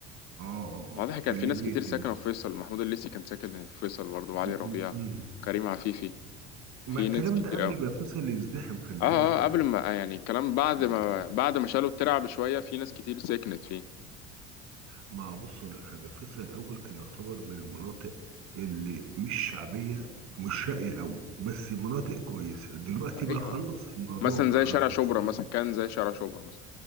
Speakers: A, on the right; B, on the left.
A: اه اه آه،
B: واضح
A: آه،
B: كان
A: كان
B: في
A: ليه
B: ناس
A: بيت
B: كتير ساكنه
A: هناك
B: في فيصل محمود الليثي كان ساكن في فيصل برضه وعلي ربيع
A: م- م-
B: كريم عفيفي
A: ما
B: في
A: الكلام
B: ناس كتير
A: ده قبل ما فيصل يزدحم خلي
B: اه
A: بالك يعني
B: اه قبل ما آه، يعني الكلام بعد
A: وال-
B: ما بعد ما شالوا الترعة بشوية في ناس كتير سكنت فيه
A: ما بص أقول لك حاجة فيصل الأول كان يعتبر من المناطق اللي مش شعبية ومش راقية قوي بس مناطق كويسة دلوقتي بقى
B: ايوه
A: خلاص الموضوع
B: مثلا
A: بقى
B: زي شارع شبرا مثلا
A: اه
B: كان زي شارع شبرا مثلا